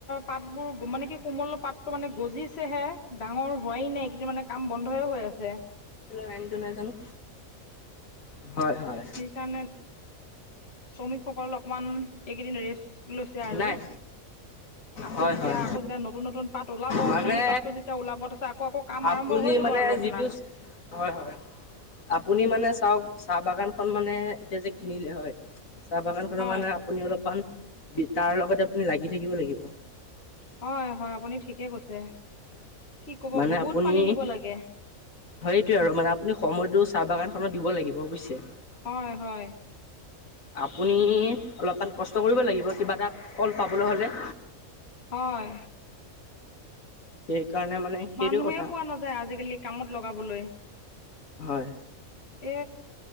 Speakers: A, on the left; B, on the left.
A: পাতবোৰ মানে কি কোমল পাতটো মানে গজিছে হে, ডাঙৰ হোৱাই নাই। এতিয়া মানে কাম বন্ধই হৈ আছে।
B: লাইন টো নাজানো, হয় হয়।
A: সেইকাৰণে শ্ৰমিকসকল অকমান এইকেইদিন ৰেষ্ট লৈছে আৰু।
B: নাই
A: আকৌ
B: হয়
A: যেতিয়া
B: হয়
A: আকৌ যেতিয়া নতুন নতুন পাত ওলাব
B: মানে
A: কুঁহি পাতটো যেতিয়া ওলাব তাৰপিছত আকৌ আকৌ কাম
B: আপুনি
A: আৰম্ভ হৈ যাব
B: মানে
A: আৰু আপোনাৰ
B: যিটো, হয় হয়, আপুনি মানে চাওঁক চাহ বাগান খন মানে এতিয়া যে কিনিলে হয়, চাহ বাগান খনৰ
A: হয়
B: মানে আপুনি অলপ মান বি তাৰ লগতে আপুনি লাগি থাকিব লাগিব।
A: হয় হয় আপুনি ঠিকে কৈছে। কি ক'ব
B: মানে
A: বহুত
B: আপুনি
A: পানী দিব লাগে।
B: সেইটোৱে আৰু মানে আপুনি সময়টো চাহ বাগানখনত দিব লাগিব, বুইছে?
A: হয় হয়।
B: আপুনি অলপমান কষ্ট কৰিব লাগিব। কিবা এটা ফল পাবলৈ হ'লে
A: হয়।
B: সেইকাৰণে মানে সেইটো
A: মানুহে
B: কথা
A: পোৱা নাযায় আজিকালি কামত লগাবলৈ।
B: হয়
A: এ